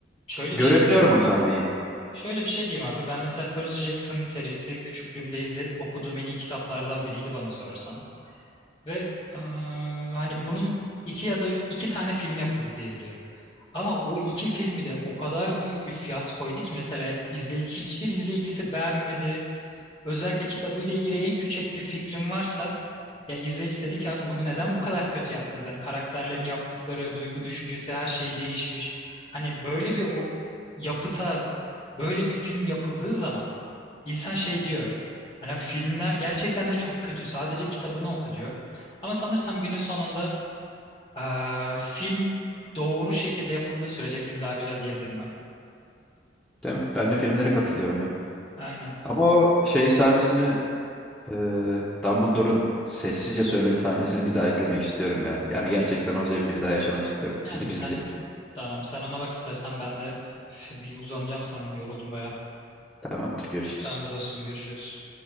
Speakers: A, on the left (about 25°); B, in the centre.
A: şöyle
B: görebiliyorum
A: bir şey diyeyim.
B: o sahneyi.
A: Şöyle bir şey diyeyim abi. Ben mesela Percy Jackson serisi küçüklüğümde izle, okuduğum en iyi kitaplardan biriydi bana sorarsan. Ve aa, hani bunun iki ya da iki tane film yapıldı diye biliyorum. Ama o iki filmi de o kadar büyük bir fiyaskoydu ki mesela izleyici, hiçbir izleyicisi beğenmedi. Özellikle kitabıyla ilgili en küçük bir fikrim varsa ya izleyici dedi ki abi bunu neden bu kadar kötü yaptınız? Hani karakterlerin yaptıkları, duygu düşüncesi her şey değişmiş. Hani böyle bir o yapıta böyle bir film yapıldığı zaman İnsan şey diyor. Hani abi filmler gerçekten de çok kötü. Sadece kitabını oku diyor. Ama sanırsam günün sonunda eee, film doğru şekilde yapıldığı sürece film daha güzel diyebilirim ben.
B: Değil mi? Ben de filmlere
A: Hı.
B: katılıyorum ya.
A: Aynen.
B: Ama o şey sahnesini eee Dumbledore'un sessizce söylediği sahnesini bir daha izlemek istiyorum ya. Yani gerçekten o zevki bir daha yaşamak istiyorum.
A: Yani
B: Gidip
A: sen
B: izleyeceğim film.
A: tamam sen ona bak istersen ben de f- bir uzanacağım sanırım yoruldum bayağı.
B: Tamamdır, görüşürüz.
A: Tamamdır dostum görüşürüz.